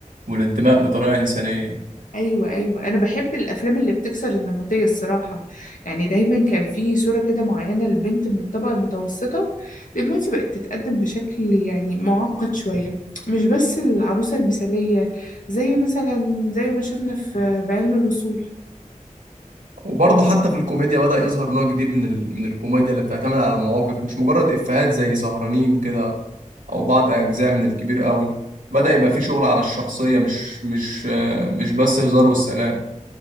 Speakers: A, on the right; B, on the left.
A: والانتماء بطريقة إنسانية
B: ايوه ايوه انا بحب الافلام اللي بتكسر النمطيه الصراحه يعني دايما كان في صوره كده معينه لبنت من الطبقه المتوسطه دلوقتي بقت تتقدم بشكل يعني معقد شويه مش بس العروسه المثاليه زي مثلا زي ما شفنا في بعلم الوصول
A: وبرضه حتى في الكوميديا بدأ يظهر نوع جديد من ال... من الكوميديا اللي بتعتمد على المواقف مش مجرد إفيهات زي سهرانين كده أو بعض أجزاء من الكبير قوي بدأ يبقى في شغل على الشخصية مش مش آه، مش بس هزار والسلام